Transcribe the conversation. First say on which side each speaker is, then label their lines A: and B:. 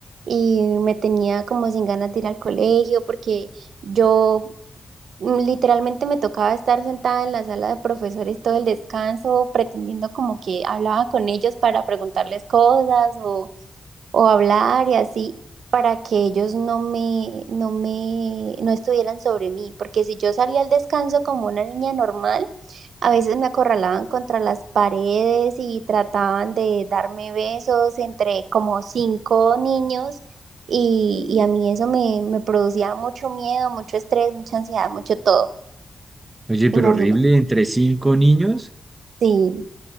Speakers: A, on the right (about 85°); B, on the right (about 15°).
A: y me tenía como sin ganas de ir al colegio porque yo mm, literalmente me tocaba estar sentada en la sala de profesores todo el descanso pretendiendo como que hablaba con ellos para preguntarles cosas o hablar y así para que ellos no me, no me, no estuvieran sobre mí, porque si yo salía al descanso como una niña normal, a veces me acorralaban contra las paredes y trataban de darme besos entre como cinco niños y, y a mí eso me, me producía mucho miedo, mucho estrés, mucha ansiedad, mucho todo,
B: Oye,
A: imagínate.
B: pero horrible, entre cinco niños.
A: Sí.